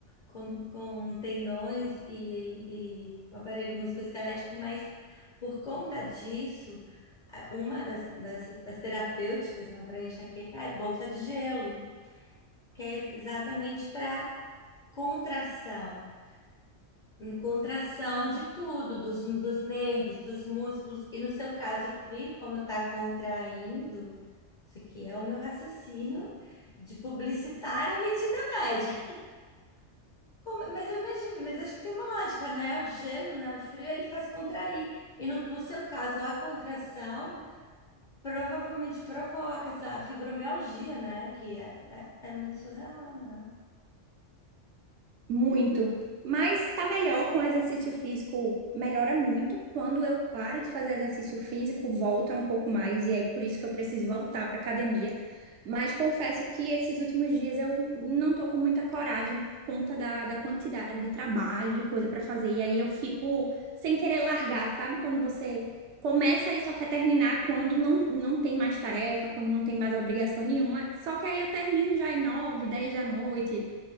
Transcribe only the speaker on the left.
com, com tendões e, e, o aparelho musculoesquelético, mas por conta disso, a- uma das, das, das terapêuticas para enxaqueca é bolsa de gelo, que é exatamente para contração. Em Contração de tudo, dos, dos nervos, dos músculos, e no seu caso, o frio, como está contraindo, isso aqui é o meu raciocínio de publicitária metida médica. Como- mas eu imagino, mas acho que tem uma lógica, né? O gelo, né? O frio, ele faz contrair. E no, no seu caso, a contração provavelmente provoca essa fibromialgia, né? Que é, é, é muito surreal, né?